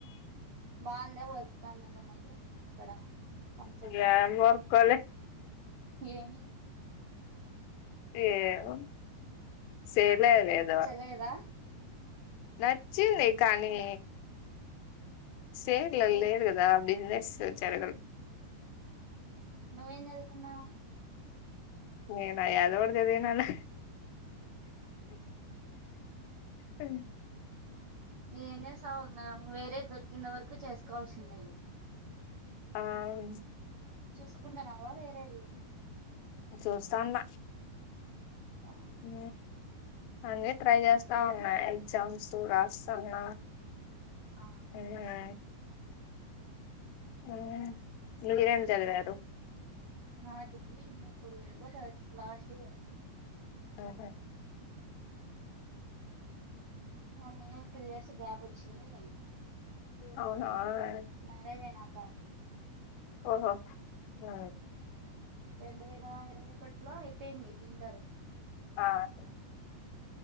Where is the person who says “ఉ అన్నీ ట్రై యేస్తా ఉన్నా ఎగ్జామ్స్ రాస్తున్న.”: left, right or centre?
Left